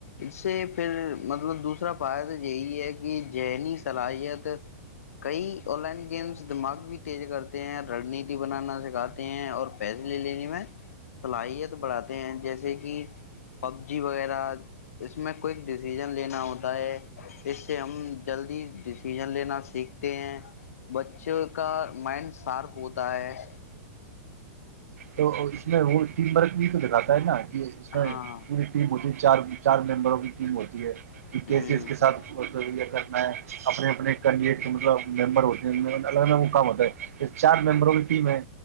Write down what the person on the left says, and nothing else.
اس سے پھر مطلب دوسرے <unintelligible> اس طرح پایا تو جیے کہ <unintelligible> ذہنی صلاحیت کئی آن لائن گیمس دماغ بھی تیز کرتے ہیں رننیتی بنانا سکھاتے ہیں اور پیسے لے لینے میں صلاحیت بڑھاتے ہیں جیسے کہ <unintelligible> پب جی وغیرہ اس میں کوئک ڈیسیزن لینا ہوتا ہے اس سے ہم جلدی ڈسیزن لینا سیکھتے ہیں بچوں کا مائنڈ شارپ ہوتا ہے <unintelligible>
ہاں
ہ